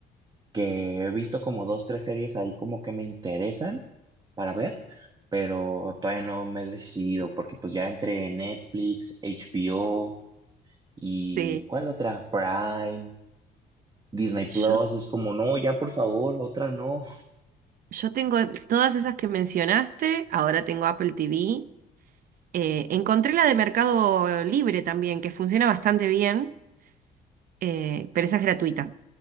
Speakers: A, on the right; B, on the right.
A: que he visto como dos, tres series ahí como que me interesan para ver, pero todavía no me he decidido porque pues ya entre Netflix, HBO y
B: Sí,
A: ¿cuál otra? Prime, Disney
B: yo,
A: Plus, es como, no, ya por favor, otra no.
B: yo tengo todas esas que mencionaste, ahora tengo Apple TV. Eh, encontré la de Mercado Libre también, que funciona bastante bien, eh, pero esa es gratuita.